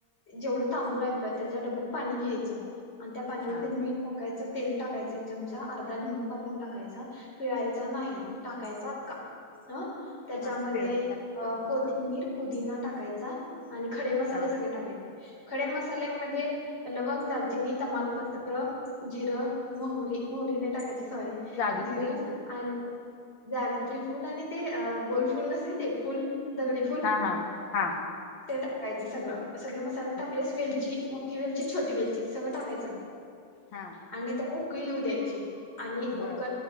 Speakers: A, on the left; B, on the left.
A: जेवढं तांदूळ आपलं त्याच्या डबल पाणी घ्यायचं. आणि त्या पाण्यामध्ये
B: हा
A: मीठ टाकायचं तेल टाकायचं एक चमचा, आर्धा लिंबू कापून टाक यचा, पीळाय चा नाही.
B: हा
A: टाकायचा आक्का. अ त्याच्यामध्ये
B: हा पिळायचा नाही बरोबर
A: अ कोथिंबीर
B: हा
A: पुदीना टाकायचा. आणि खडे मसाले
B: हा
A: सगळे टाकायचे. खडे मसाल्यामध्ये लवंग, दालचिनी, तमालपत्र, जिरं, मोहरी, मोहरी नाही टाकायची सॉरी.
B: जावित्री
A: जिरं आणि जावित्री फुल आणि ते अ गोल फुल नसते का ते फुल दगडी फुल
B: हा हा, हा.
A: ते टाकायचं सगळं. सगळे मसाले टाकलेस
B: बर
A: वेलची मोठी वेलची छोटी वेलची सगळं टाकायचं.
B: हा
A: आणि त्याला उकळी येऊ द्यायची. आणि
B: बर
A: उप